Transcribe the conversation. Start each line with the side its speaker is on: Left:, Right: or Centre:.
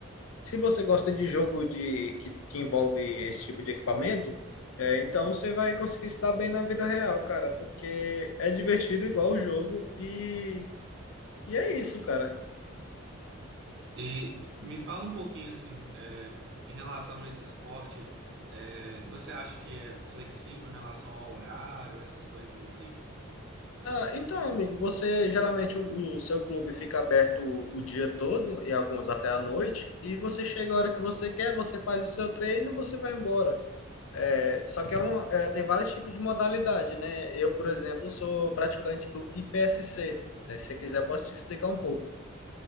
Left: se você gosta de jogo de que, que envolve esse tipo de equipamento, é, então você vai conseguir se dar bem na vida real, cara, porque é divertido igual o jogo e, e é isso, cara.
Right: E me fala um pouquinho assim, é, em relação a esse esporte, é, você acha que é flexível em relação ao horário, essas coisas assim?
Left: Ah, então, amigo, você geralmente o, o seu clube fica aberto o, o dia todo e alguns até a noite, e você chega a hora que você quer, você faz o seu treino e você vai embora. É, só que é uma, é, tem vários tipos de modalidade, né? Eu, por exemplo, sou praticante do IPSC, né? Se você quiser, eu posso te explicar um pouco.